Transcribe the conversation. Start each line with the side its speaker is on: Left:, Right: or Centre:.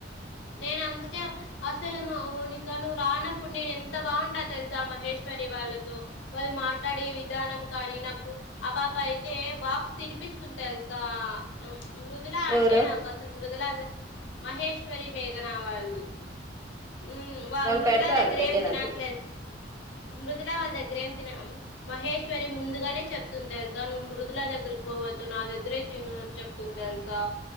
Left: నేను అందుకే అసలు మావోనిక నువ్వు రానప్పుడు నేను ఎంత బాగుంటా తెలుసా మహేశ్వరి వాళ్ళతో వాళ్ళు మాట్లాడే విధానం కానీ, నాకు ఆ పాప అయితే బాక్స్ తినిపిస్తుంది తెలుసా మృదుల అంటే
Right: ఎవరు
Left: నాకు అసలు మృదులా మహేష్ శ్వరి మేఘనా వాళ్ళు ఉమ్ వా
Right: వాళ్ళు
Left: మృదులా
Right: పెడతారు
Left: దగ్గర
Right: పెట్టేదంటూ
Left: ఏం తినట్లేదు మృదులా వాళ్ళ దగ్గర ఏం తినే మహేశ్వరి ముందుగానే చెప్తుంది తెలుసా, నువ్వు మృదుల దగ్గరకి పోవద్దు నా దగ్గరే తిను అని చెప్తుంది తెలుసా